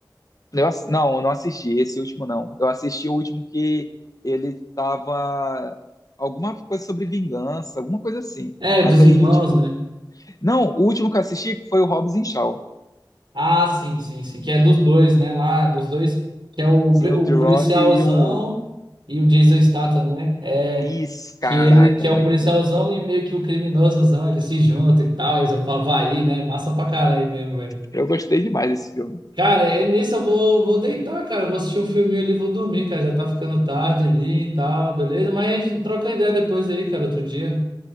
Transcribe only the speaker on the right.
É,
dos
irmãos,
né?
Ah, sim, sim, sim. Que é dos dois, né? Lá, dos dois. Que é o,
o
policialzão
e o Jason Statham, né? É,
que
ele que
é o policialzão
e meio que o criminosozão. Eles se juntam e tal. Eles vão pra Havaí, né? Massa pra caralho mesmo, velho.
Cara, é nisso eu vou, vou deitar, cara. Eu Vou assistir um filminho ali, e vou dormir, cara. Já tá ficando tarde ali e tal, beleza? Mas a gente troca ideia depois aí, cara, outro dia.